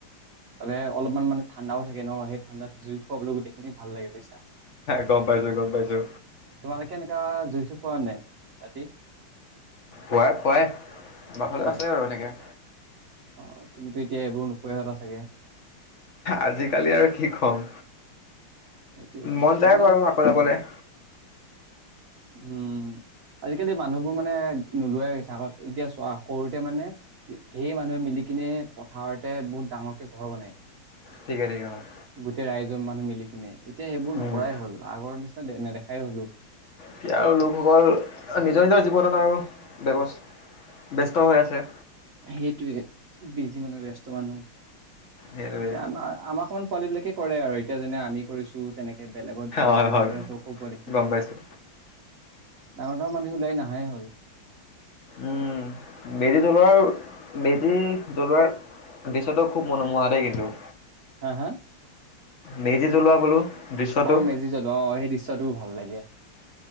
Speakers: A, on the right; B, on the left.
A: ত অলপমান মানে ঠাণ্ডাও থাকে ন সেই ঠাণ্ডাত জুই খুৱাবলৈ গোটেই খিনি ভাল লাগে বুজিছা।
B: গম পাইছো গম পাইছো
A: তোমাল কেনেকা জুইছো পোৱা নাই? অতি
B: পোৱা- কোৱাই বাফালে
A: খুৱাই?
B: আছে বাৰু এনেকৈ
A: অ তুমিতো এতিয়া এইবোৰ নোপোৱাই হলা চাগে।
B: আজিকালি আৰু কি কম
A: এইটোয়ে
B: মন যায়
A: আজিকালি
B: বাৰু আকৌ যাবলৈ
A: উম আজিকালি মানুহবোৰ মানে নোলোৱাইছে আগত এতিয়া চোৱা সৰুতে মানে ঢেৰ মানুহে মিলি কিনে পথাৰতে বহুত ডাঙৰকে ঘৰ বনায়।
B: ঠিকে ঠিকে হয়
A: গোটেই ৰাইজৰ মান মিলি কিনে এতিয়া এইবোৰ
B: উম।
A: নকৰাই হ'ল আগৰ নি নেদেখাই হ'লো।
B: এতিয়াৰ লোকসকল নিজৰ নিজৰ জীৱনত আৰু ব্যৱ ব্যস্ত হৈ আছে।
A: সেইটোৱে বিজি মানুহ ব্যস্ত মানুহ।
B: সেইটোৱে
A: এতিয়া আমাৰ আমাৰ সমান <inaudible> বিলাকে কৰে আৰু এতিয়া যেনে আমি কৰিছো তেনেকে বেলেগত বেলেগ
B: হয়
A: বোৰে
B: হয়
A: কৰে সৰু সৰু পোৱালিখিনিয়ে
B: গম পাইছোঁ
A: ডাঙৰ ডাঙৰ মানুহ ওলাই নাহাই হ'ল।
B: উম মেজী জ্বলোৱাৰ মেজী জ্বলোৱাৰ পিছতো খুব মনোমোহা দেই কিন্তু।
A: হা হা।
B: মেজি জলোৱা বোলো। দৃশ্যটো
A: অ মেজি জ্বলোৱা আহ সেই দৃশ্যয়টোও ভাল লাগে।